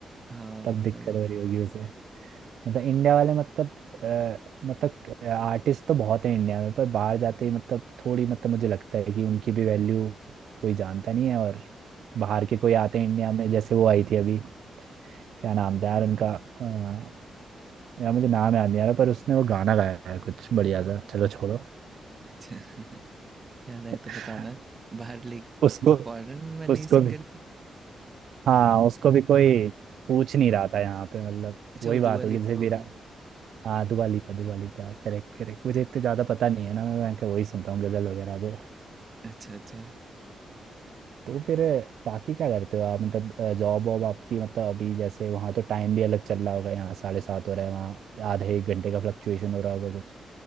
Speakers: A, on the right (about 40°); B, on the right (about 75°).
A: हाँ
B: तब दिक्कत
A: भाई
B: हो रही होगी उसे मतलब इंडिया वाले मतलब अ, मतलब आर्टिस्ट तो बहुत है इंडिया में पर बाहर जाते ही मतलब थोड़ी मतलब मुझे लगता है कि उनकी भी वैल्यू कोई जानता नहीं है और बाहर के कोई आते हैं इंडिया में जैसे वो आई थी अभी क्या नाम था यार उनका अ, यार मुझे नाम याद नहीं आ रहा पर उसने वो गाना गाया है कुछ बढ़िया सा चलो छोड़ो
A: अच्छा <laughs> याद
B: <laughs>
A: आए तो बताना बाहर ले
B: उसको
A: फॉरेन वाली
B: उसको
A: सिंगर
B: भी
A: थी
B: हाँ उसको भी कोई पूछ नहीं रहा था यहाँ पे मतलब
A: अच्छा
B: वही
A: वो
B: बात
A: दुआ
B: होगी
A: लिपा
B: जैसे
A: होगी
B: विरा हाँ दुआ लिपा दुआ लिपा करेक्ट करेक्ट मुझे इतने ज़्यादा पता नहीं है ना मैं मैं क्या वही सुनता हूँ गज़ल वगैरह तो
A: अच्छा अच्छा
B: तो फिर बाकी क्या करते हो आप मतलब जॉब वॉब आपकी मतलब अभी जैसे वहाँ तो टाइम भी अलग चल रहा होगा यहाँ साढ़े सात हो रहा है वहाँ आधे एक घंटे का फ्लक्चुएशन हो रहा होगा कुछ